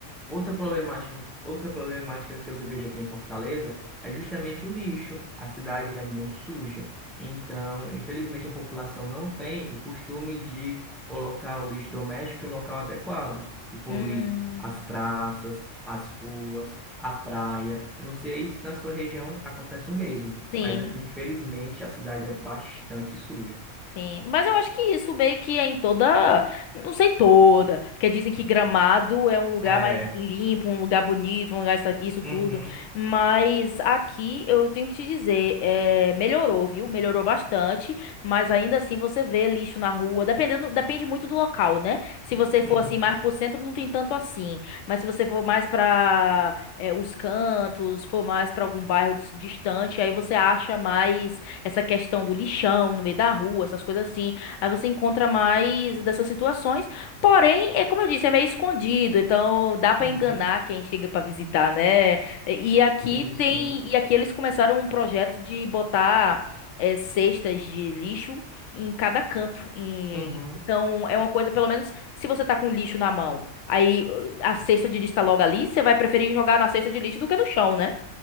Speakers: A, in the centre; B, on the left (about 75°).
A: Outra problemática, outra problemática que eu vejo aqui em Fortaleza é justamente o lixo. A cidade é muito suja. Então, infelizmente, a população não tem o costume de colocar o lixo doméstico em um local adequado e poluir
B: Hum,
A: as praças, as ruas, a praia. Eu não sei se na sua região acontece o mesmo,
B: sim.
A: mas aqui, infelizmente, a cidade é bastante suja.
B: Sim, mas eu acho que isso meio que é em toda, não sei toda, porque dizem que Gramado é um lugar
A: É.
B: mais limpo, um lugar bonito, um lugar isso, aqui, isso tudo,
A: Uhum,
B: mas aqui eu tenho que te dizer, é, melhorou, viu? Melhorou bastante, mas ainda assim você vê lixo na rua, dependendo, depende muito do local, né? Se você
A: uhum,
B: for assim mais pro centro, não tem tanto assim, mas se você for mais pra, é, os cantos, for mais pra algum bairro dis- distante, aí você acha mais essa questão do lixão no meio da rua, essas coisas assim. Aí você encontra mais dessas situações. Porém, é como eu disse, é meio escondido, então dá pra
A: uhum.
B: enganar quem chega pra visitar, né? E aqui
A: Sim, sim.
B: tem, e aqui eles começaram um projeto de botar eh, cestas de lixo em cada canto. E-
A: Uhum,
B: então é uma coisa, pelo menos, se você tá com lixo na mão, aí uh, a cesta de lixo tá logo ali, você vai preferir jogar na cesta de lixo do que no chão, né?